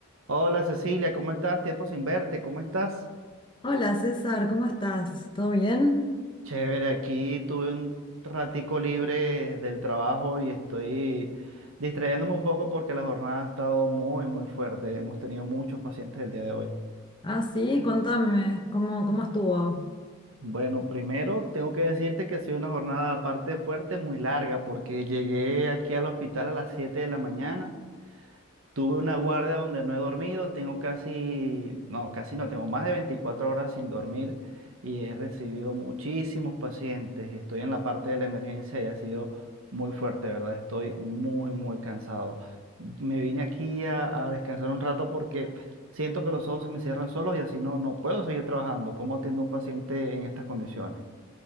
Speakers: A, on the right; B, on the left.
A: Hola Cecilia, ¿cómo estás? Tiempo sin verte, ¿cómo estás?
B: Hola César, ¿cómo estás? ¿Todo bien?
A: Chévere, aquí tuve un ratico libre del trabajo y estoy distrayéndome un poco porque la jornada ha estado muy, muy fuerte. Hemos tenido muchos pacientes el día de hoy.
B: Ah, sí, contame, ¿cómo, cómo estuvo?
A: Bueno, primero tengo que decirte que ha sido una jornada aparte fuerte, muy larga, porque llegué aquí al hospital a las 7 de la mañana. Tuve una guardia donde no he dormido, tengo casi, no, casi no, tengo más de 24 horas sin dormir y he recibido muchísimos pacientes. Estoy en la parte de la emergencia y ha sido muy fuerte, ¿verdad? Estoy muy, muy cansado. Me vine aquí a, a descansar un rato porque siento que los ojos se me cierran solos y así no, no puedo seguir trabajando. ¿Cómo atiendo a un paciente en estas condiciones?